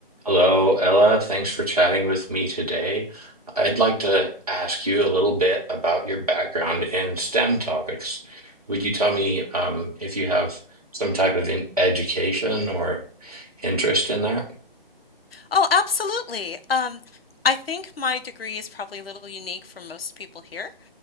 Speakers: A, on the right (about 40°); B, on the left (about 75°).
A: Hello, Ella. Thanks for chatting with me today. I'd like to ask you a little bit about your background in STEM topics. Would you tell me um, if you have some type of in education or interest in that?
B: Oh, absolutely. Um, I think my degree is probably a little unique for most people here.